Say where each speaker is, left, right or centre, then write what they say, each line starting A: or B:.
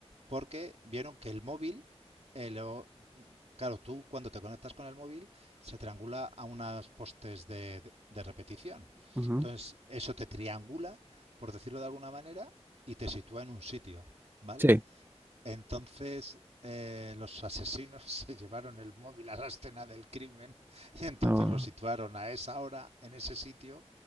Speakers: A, on the right; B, on the right.
A: porque vieron que el móvil eh, lo, Claro, tú cuando te conectas con el móvil se triangula a unos postes de, de- de repetición.
B: ujú.
A: Entonces, eso te triangula, por decirlo de alguna manera, y te sitúa en un sitio, ¿vale?
B: Sí.
A: Entonces, eh, los asesinos <laughs> se llevaron el móvil a la escena del crimen <laughs> y entonces
B: Ah,
A: lo situaron a esa hora, en ese sitio.